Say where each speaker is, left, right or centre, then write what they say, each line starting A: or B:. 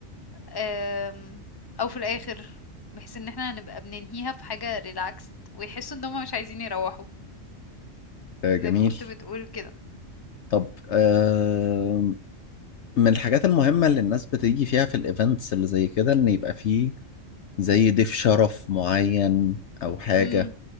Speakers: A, on the left; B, on the left.
A: آمم، أو في الآخر، بحيث إن إحنا هنبقى بننهيها في حاجة relaxed ويحسّوا إن هُم مش عايزين يروّحوا،
B: آه، جميل
A: زي ما كنت بتقول كده.
B: طب آم، من الحاجات المهمه اللي الناس بتيجي فيها في الايفنتس اللي زي كده ان يبقى فيه زي ضيف شرف معين او حاجه
A: إمم.